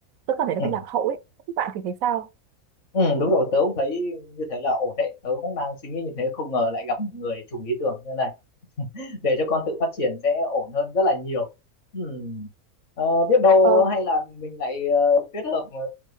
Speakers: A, on the right (about 75°); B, on the left (about 60°).
A: tôi cảm thấy nó
B: ừ,
A: bị lạc hậu ấy các bạn thì thấy sao
B: ừ. đúng rồi tớ cũng thấy như thế là ổn đấy tớ cũng đang suy nghĩ như thế không ngờ lại gặp một người trùng ý tưởng như này để cho con tự phát triển sẽ ổn hơn rất là nhiều ừ. ờ, biết đâu
A: Ờ,
B: hay là mình lại ờ, kết hợp ờ,